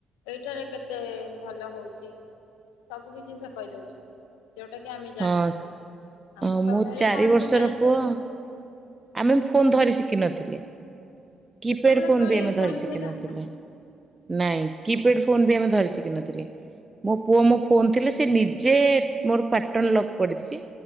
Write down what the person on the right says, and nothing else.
ହଁ ହଁ
ମୋ ଚାରି
ବର୍ଷର
ପୁଅ ଆମେ ଫୋନ୍ ଧରି ଶିଖିିନଥିଲେ। କିପ୍ୟାଡ
ଫୋନ
ବି ଆମେ
ଧରି ଶିଖିନଥିଲେ
ନାଇଁ କିପ୍ୟାଡ଼ ଫୋନ ବି ଆମେ ଧରି ସି କି ନଥିଲି ମୋ ପୁଅ ମୋ ଫୋନ ଥିଲେ ସିଏ ନିଜେ ମୋର ପାଟନ ଲକ୍ ପଡିଚି